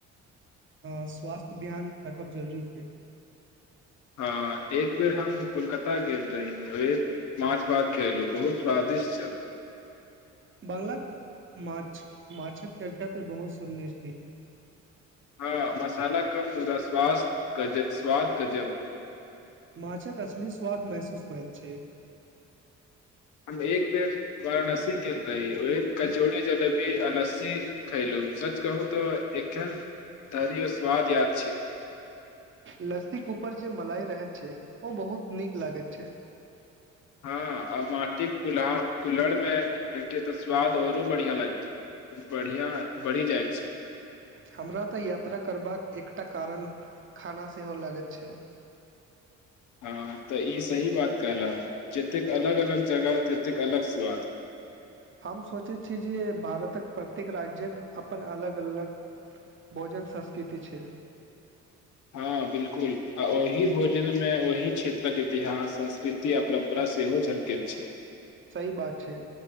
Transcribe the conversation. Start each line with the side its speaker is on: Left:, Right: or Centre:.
Right: हं स्वास्थ्य ध्यान राखब जरूरी छै
Left: हँ एक बेर हम कोलकाता गेल रही है एक माछ भात खेलू बहुत स्वादिष्ट छल
Right: बंगलाक माछ माछक चर्चा तऽ बहुत सुनने छी
Left: हँ मसाला कम मुदा स्वास स्वाद गजब
Right: माछक असली स्वाद महसूस होइत छै
Left: हम एक बेेर वाराणसी गेल रही ओय कचौड़ी जलेबी आ नश् से खयलहुं सच कहु तऽ एखन धरि स्वाद याद छै
Right: लस्सिकऊपर जे मलाई रहैत छै ओ बहुत नीक लागैत छै
Left: हँ आ माटिक कुल्हा कुल्हड़मे भेटै तऽ स्वाद औरो बढ़िया लाग बढ़िया बढ़ी जाय <inaudible>
Right: हमरा तऽ यात्रा करबाक एकटा कारण खाना सेहो लागैत छै
Left: हँ तऽ ई सही बात कहल' हं जतेक अलग अलग जगह ततेक अलग स्वाद
Right: हम सोचैत छी जे भारतक प्रत्येक राज्यक अपन अलग अलग भोजन संस्कृति छै
Left: हँ बिलकुल आ ओहि भोजनमे ओहि क्षेत्रक इतिहास संस्कृति आ परम्परा सेहो झलकैत छै
Right: सहि बात छै